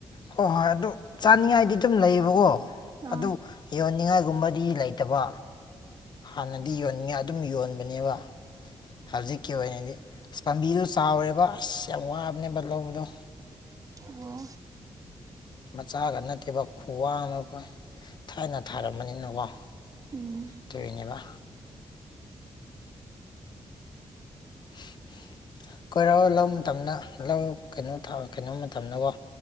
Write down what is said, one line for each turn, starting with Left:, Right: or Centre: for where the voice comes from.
Left: ꯍꯣꯏ ꯍꯣꯏ ꯑꯗꯨ ꯆꯥꯅꯤꯡꯉꯥꯏꯗꯤ ꯑꯗꯨꯝ ꯂꯩꯌꯦꯕꯀꯣ
Right: ꯑꯥ
Left: ꯑꯗꯨ ꯌꯣꯟꯅꯤꯡꯉꯥꯏꯒꯨꯝꯕꯗꯤ ꯂꯩꯇꯕ ꯍꯥꯟꯅꯗꯤ ꯌꯣꯟꯅꯤꯡꯉꯥꯏ ꯑꯗꯨꯝ ꯌꯣꯟꯕꯅꯦꯕ
Right: ꯑꯣ
Left: ꯍꯧꯖꯤꯛꯀꯤ ꯑꯣꯏꯅꯗꯤ ꯑꯁ ꯄꯥꯝꯕꯤꯗꯨꯣ ꯆꯥꯎꯔꯦꯕ ꯑꯁ ꯌꯥꯝ ꯋꯥꯕꯅꯦꯕ ꯂꯧꯕꯗꯣ
Right: ꯑꯣ
Left: ꯃꯆꯥꯒ ꯅꯠꯇꯦꯕ ꯈꯨꯋꯥꯡꯅ ꯑꯩꯈꯣꯏ ꯊꯥꯏꯅ ꯊꯥꯔꯝꯕꯅꯤꯅꯀꯣ
Right: ꯎꯝ
Left: ꯇ ꯏꯅꯦꯕ <unintelligible> <unintelligible> <unintelligible> <unintelligible> ꯀꯣꯏꯔꯛꯑꯣ ꯂꯧ ꯃꯇꯝꯗ ꯂꯧ ꯀꯩꯅꯣ ꯀꯩꯅꯣ ꯃꯇꯝꯗꯀꯣ